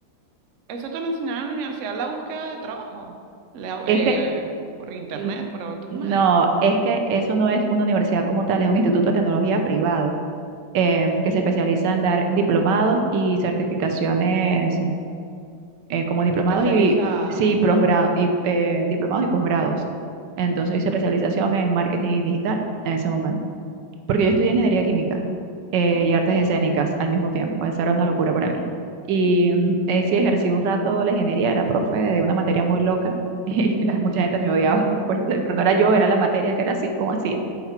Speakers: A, on the right (about 60°); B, on the right (about 75°).
A: Eso te lo enseñaron en la universidad, la búsqueda de trabajo, la-
B: Es
A: eh,
B: que...
A: por internet,
B: mm,
A: por otros
B: No,
A: medios.
B: es que eso no es una universidad como tal, es un instituto de tecnología privado eh,
A: Anda.
B: que se especializa en dar diplomados y certificaciones mm, eh, como diplomados
A: Especializada.
B: y sí, posgrado, y eh, diplomados y posgrados. Entonces
A: Ah,
B: hice
A: ok.
B: especialización en marketing digital en ese momento porque yo estudié ingeniería química eh,
A: Ah,
B: y
A: mira.
B: artes escénicas al mismo tiempo. Esa era una locura para mí. Y
A: <laughs>
B: mm, eh, sí, ejercí un rato la ingeniería, era profe de una materia muy loca <laughs> y la, mucha gente me odiaba, <laughs> por eso, pero no era yo, era la materia que era así como hacía.